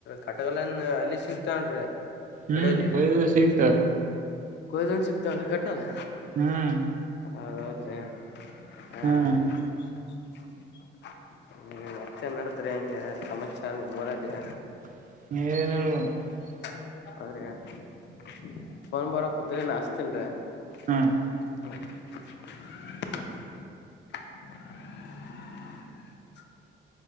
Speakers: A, on the left; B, on the right.
A: ಕಟಗಲನ್ ಅಲ್ಲಿ ಸಿಗ್ತನ್ ಹೊಡೆಯಲ್ಲಿರ
B: ಹ್ಮ್ ಕೊಯ್ದು ಸಿಗ್ತಾವ್ರಿ
A: ಕೊಯ್ದನ್ ಸಿಕ್ತ ಅಂದ್ರೆ ಕಟ್ಟಲ್ಲ
B: ಹ್ಮ್
A: ಹೌದು ಹೌದು ಕೂಸಯ್ಯ <unintelligible>
B: ಹ್ಮ್
A: ಮಚ್ಚ ನಡತರಿ ಹಂಗೆ ಸಮಚ್ಚ ನಿಮ್ ಮೂರೇ ದಿನ
B: <unintelligible>
A: <unintelligible> ಹ್ಮ್
B: ಹ್ಮ್
A: <inaudible>